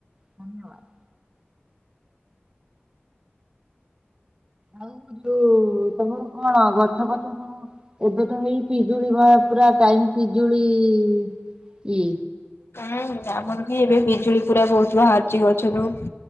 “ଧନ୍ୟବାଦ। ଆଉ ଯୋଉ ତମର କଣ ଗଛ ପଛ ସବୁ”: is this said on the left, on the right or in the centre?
Right